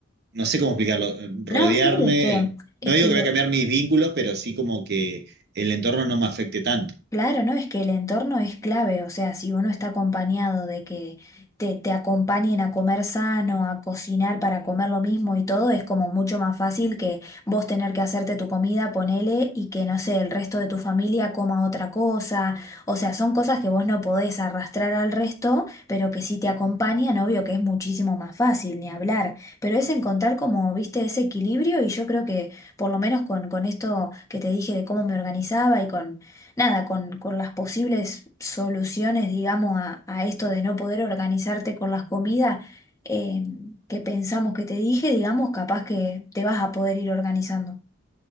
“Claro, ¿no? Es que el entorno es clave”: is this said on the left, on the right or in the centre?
Left